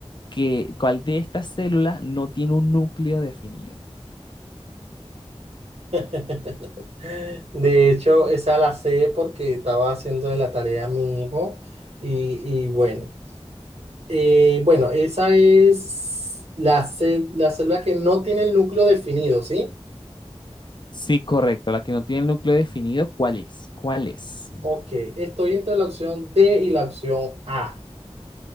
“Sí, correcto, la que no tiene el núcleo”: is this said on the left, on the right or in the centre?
Left